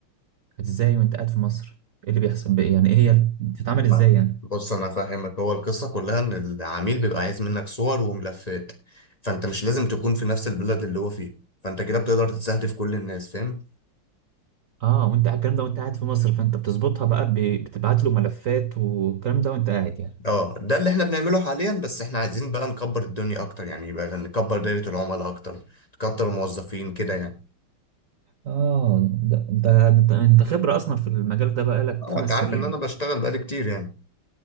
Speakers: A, on the right; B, on the left.
A: ازاي وانت قاعد في مصر ايه اللي بيحصل بقى يعني ايه هي بتتعمل ازاي
B: لا،
A: يعني
B: بص انا فاهمك هو القصه كلها ان العميل بيبقى عايز منك صور وملفات فانت مش لازم تكون في نفس البلد اللي هو فيه فانت كده بتقدر تستهدف كل الناس فاهم
A: اه وانت قاعد- الكلام ده وانت قاعد في مصر فانت بتظبطها بقى ب- بتبعت له ملفات والكلام ده وانت قاعد يعني
B: اه ده اللي احنا بنعمله حاليا بس احنا عايزين بقى نكبر الدنيا اكتر يعني يبقى نكبر دايره العملاء اكتر نكتر الموظفين كده يعني
A: اه ده ده انت انت خبرة اصلا في المجال ده بقى لك
B: اه
A: خمس
B: انت عارف
A: سنين
B: ان انا بشتغل بقالي كتير يعني